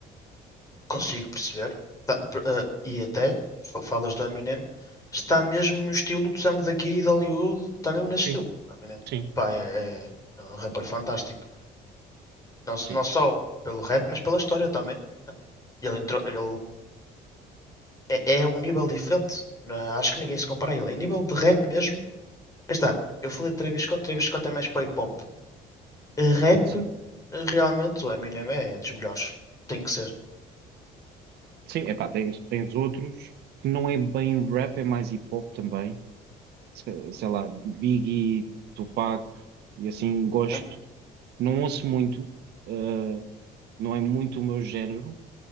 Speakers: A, on the left; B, on the right.
A: Consigo perceber. Tá, per- eh, e até, fa- falas do Eminem, está mesmo no estilo do Sam daqui e de Hollywood, está mesmo nesse
B: Sim,
A: estilo. Eminem.
B: sim,
A: Pá, é, é é um rapper fantástico. Não, s-
B: sim.
A: não só pelo rap, mas pela história também. né? Ele entrou, ele é, é um nível diferente. Na- acho que ninguém se compara a ele. Em nível de rap mesmo, aí está. Eu falei de Travis Scott, Travis Scott é mais para hip hop. Rap,
B: Sim,
A: realmente, o Eminem é dos melhores. Tem que ser.
B: sim, epá, tens, tens outros que não é bem rap, é mais hip hop também. Se- Sei lá, Biggie, Tupac e assim, gosto.
A: Uhum.
B: Não ouço muito, uh, não é muito o meu género,